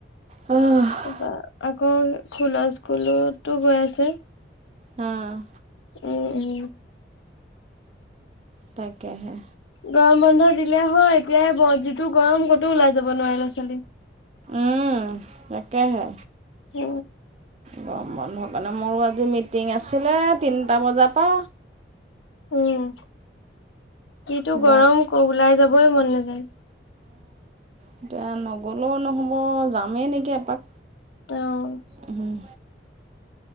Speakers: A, on the right (about 35°); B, on the left (about 85°).
A: হা
B: তাৰপা আকৌ খোলা স্কুলতো গৈ আছে।
A: অ
B: উম উম
A: তাকেহে
B: গৰম বন্ধ দিলে হয়। এতিয়াই যিটো গৰম ক'তো ওলাই যাব নোৱাৰি ল'ৰা ছোৱালী
A: উম তাকে হে
B: উ
A: গৰম বন্ধ কাৰণে মোৰো আজি মিটিং আছিলে। তিনিটা বজাৰ পা।
B: উম যিটো
A: যাম
B: গৰম ওলাই যাবই মন নেযায়।
A: এতিয়া নগ'লেও নহ'ব যামেই নেকি এপাক
B: অ'।
A: উম